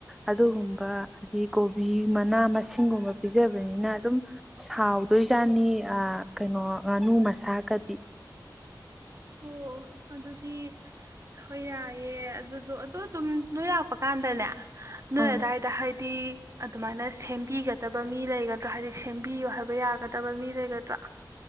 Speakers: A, in the centre; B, on the right.
A: ꯑꯗꯨꯒꯨꯝꯕ ꯍꯥꯏꯗꯤ ꯀꯣꯕꯤ ꯃꯅꯥ ꯃꯁꯤꯡꯒꯨꯝꯕ ꯄꯤꯖꯕꯅꯤꯅ ꯑꯗꯨꯝ ꯍꯥꯎꯗꯣꯏꯖꯅꯤ ꯀꯩ ꯉꯥꯅꯨ ꯃꯁꯥꯒꯗꯤ
B: ꯑꯣ ꯑꯗꯨꯗꯤ ꯍꯣꯏ ꯌꯥꯏꯑꯦ ꯑꯗꯨꯗꯣ ꯑꯗꯨꯗ ꯑꯗꯨꯝ ꯅꯣꯏ ꯂꯥꯛꯄ ꯀꯥꯟꯗꯅꯦ ꯅꯣꯏꯦꯗꯥꯥꯏꯗ
A: ꯑꯥ
B: ꯍꯥꯏꯗꯤ ꯑꯗꯨꯃꯥꯏꯅ ꯁꯦꯝꯕꯤꯒꯗꯕ ꯃꯤ ꯂꯩꯒꯗ꯭ꯔꯥ ꯍꯥꯏꯗꯤ ꯁꯦꯝꯕꯤꯌꯨ ꯍꯥꯏꯕ ꯌꯥꯒꯗꯕ ꯃꯤ ꯂꯩꯒꯗ꯭ꯔꯥ